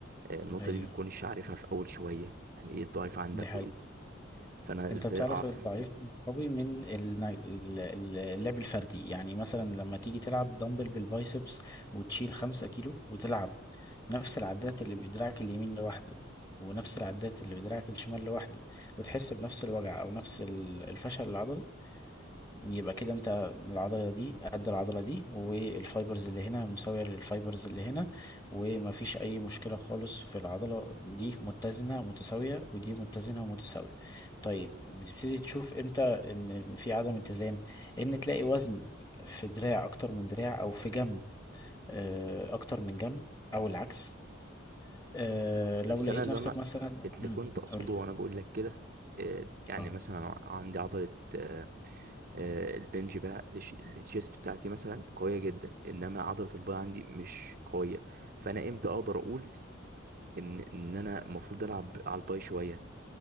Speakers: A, on the right; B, on the left.
A: آه، النقطة
B: ايوه
A: دي بتكونش عارفها في أول شوية يعني إيه الضعيف عندك
B: دي حقيقة
A: وإيه فأنا
B: انت
A: إزاي
B: بتعرف
A: أعرف
B: الضعيف من القوي من ال- ال- ال- اللعب الفردي يعني مثلا لما تيجي تلعب دمبل بالبايسبس وتشيل خمسة كيلو وتلعب نفس العدات اللي بدراعك اليمين لوحده ونفس العدات اللي بدراعك الشمال لوحده وتحس بنفس الوجع او نفس ال- الفشل العضلي يبقى كده انت العضلة دي قد العضلة دي والفايبرز اللي هنا مساوية للفايبرز اللي هنا ومفيش أي مشكلة خالص في العضلة دي متزنة ومتساوية ودي متزنة ومتساوية طيب بتبتدي تشوف امتى ان في عدم اتزان ان تلاقي وزن في دراع أكتر من دراع أو في جنب آه، أكتر من جنب أو العكس آه، لو
A: بس
B: لقيت
A: أنا اللي
B: نفسك
A: أنا
B: مثلا
A: اللي
B: مم،
A: كنت أقصده
B: قول
A: وأنا بقول لك كده آه، يعني
B: اه
A: مثلا عندي عضلة آه، آه، البنج بقى الش- الشيست بتاعتي مثلا قوية جدا إنما عضلة الباي عندي مش قوية فانا امتى اقدر اقول ان ان انا المفروض العب على الباي شويه